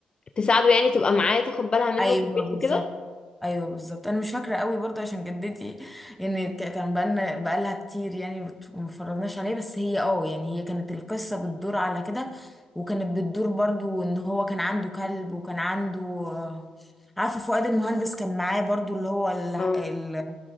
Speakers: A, on the left; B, in the centre.
A: تساعده يعني تبقى معاه تاخد بالها منه
B: ايوه
A: في البيت
B: بالظبط
A: وكده
B: ايوه بالظبط انا مش فاكره قوي برضه عشان جدتي يعني ك- كان بقالنا بقالها كتير يعني بت- ما اتفرجناش عليه بس هي اه يعني هي كانت القصه بتدور على كده وكانت بتدور برضه ان هو كان عنده كلب وكان عنده آه، عارفه فؤاد المهندس كان معاه برضه اللي هو ال-
A: اه
B: ال-